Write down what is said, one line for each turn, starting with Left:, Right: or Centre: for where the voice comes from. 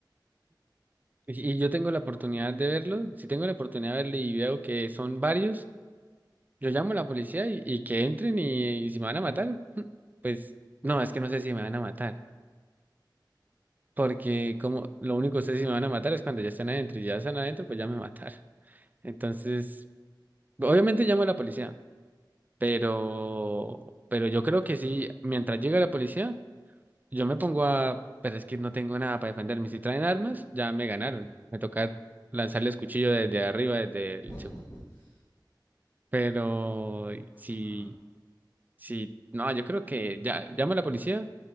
Right: Y y yo tengo la oportunidad de verlo, si tengo la oportunidad de verlo y veo que son varios, Yo llamo a la policía y, y que entren y, y si me van a matar, <laughs> pues no, es que no sé si me van a matar, porque como lo único que sé si me van a matar es cuando ya están adentro y ya están adentro, pues ya me mataron. <laughs> Entonces, obviamente llamo a la policía, pero, pero yo creo que sí, mientras llega la policía, yo me pongo a, pero es que no tengo nada para defenderme. Si traen armas, ya me ganaron.
Left: Ujú.
Right: Me toca lanzarles cuchillo desde arriba, desde el...
Left: <laughs>
Right: seg- Pero
Left: Ah,
Right: si...
Left: Ajá,
Right: Sí, no, yo creo que ya llamo a la policía